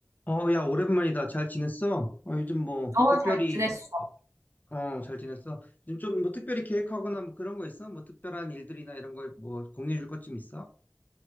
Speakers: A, on the left; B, on the right.
A: 어, 야, 오랜만이다. 잘 지냈어? 어, 요즘 뭐,
B: 어,
A: 특별히,
B: 잘 지냈어.
A: 어, 잘 지냈어? 요즘 좀 뭐, 특별히 계획하거나 뭐 그런 거 있어? 뭐, 특별한 일들이나 이런 거 뭐, 공유해 줄 것 좀 있어?